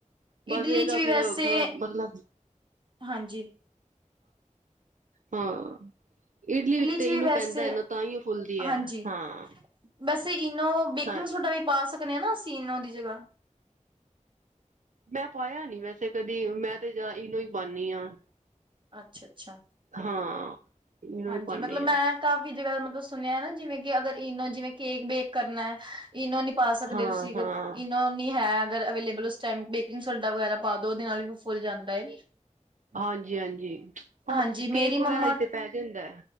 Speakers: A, on the right; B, on the right.
A: ਬਸ
B: ਇਡਲੀ
A: ਇਹਦਾ
B: ਚ ਵੀ
A: ਫੇਰ
B: ਵੈਸੇ,
A: ਥੋੜਾ ਮਤਲਬ
B: ਹਾਂਜੀ।
A: ਹਾਂ, ਇਡਲੀ ਵਿੱਚ ਤੇ
B: ਚ ਵੀ
A: ਈਨੋ
B: ਵੈਸੇ
A: ਪੈਂਦਾ ਐ ਨਾ, ਤਾਂਹੀ ਉਹ ਫੁੱਲਦੀ ਐ,
B: ਹਾਂਜੀ।
A: ਹਾਂ।
B: ਵੈਸੇ ਇਨੋ ਬੇਕਿੰਗ
A: ਹਾਂ
B: ਸੋਡਾ ਵੀ ਪਾ ਸਕਦੇ ਆਂ ਨਾ, ਅਸੀਂ ਈਨੋ ਦੀ ਜਗ੍ਹਾ।
A: ਮੈਂ ਪਾਇਆ ਨੀ ਵੈਸੇ ਕਦੀ, ਮੈਂ ਤੇ ਜਾਦਾ ਇਨੋ ਹੀ ਪਾਂਨੀ ਆਂ।
B: ਅੱਛਾ-ਅੱਛਾ।
A: ਹਾਂ। ਇਨੋ
B: ਹਾਂਜੀ,
A: ਹੀ ਪਾਉਦੀ
B: ਮਤਲਬ ਮੈਂ
A: ਹਾਂ
B: ਕਾਫ਼ੀ ਜਗ੍ਹਾ ਮਤਲਬ ਸੁਣਿਆ ਐ ਨਾ, ਜਿਵੇਂ ਕਿ ਅਗਰ ਇਨੋ ਜਿਵੇਂ ਕੇਕ ਬੇਕ ਕਰਨਾ ਐ ਇਨੋ ਨੀ ਪਾ ਸਕਦੇ
A: ਹਾਂ
B: ਤੁਸੀਂ ਅਗਰ,
A: ਹਾਂ
B: ਇਨੋ ਨੀ ਹੈ। ਅਗਰ ਅਵੇਲੇਬਲ ਉਸ ਟਾਇਮ ਬੇਕਿੰਗ ਸੋਡਾ ਵਗੈਰਾ ਪਾ ਦੋ, ਉਦੇ ਨਾਲ ਵੀ ਫੁੱਲ ਜਾਂਦਾਂ ਐ।
A: ਹਾਂਜੀ-ਹਾਂਜੀ, ਹਾਂ
B: ਹਾਂਜੀ
A: ਕੇਕ
B: ਮੇਰੀ
A: ਵਗੈਰਾ
B: ਮੰਮਾ
A: ਚ ਤੇ ਪੈ ਜਾਂਦਾ।